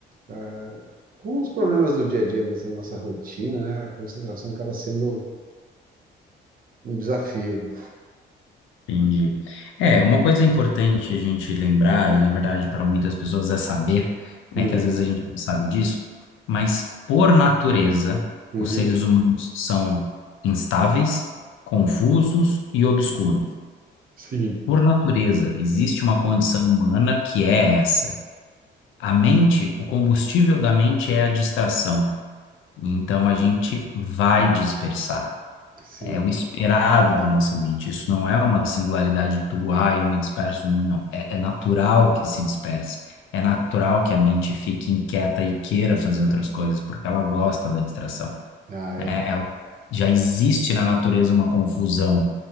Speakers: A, on the right (about 45°); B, on the left (about 80°).
A: ah, com os problemas do dia a dia mesmo, da nossa rotina, né? A concentração acaba sendo um desafio.
B: Entendi. É, uma coisa importante a gente lembrar, e na verdade para muitas pessoas é saber,
A: Uhum,
B: né, que às vezes a gente não sabe disso, mas por natureza,
A: uhum.
B: os seres humanos são instáveis, confusos e obscuros.
A: Sim.
B: Por natureza, existe uma condição humana que é essa. A mente, o combustível da mente é a distração. Então a gente vai dispersar.
A: Sim.
B: É o esperado da nossa mente. Isso não é uma singularidade tua, ah, eu me disperso muito, não. É, é natural que se disperse. É natural que a mente fique inquieta e queira fazer outras coisas, porque ela gosta da distração.
A: Ah, é.
B: né? Ela- já existe na natureza uma confusão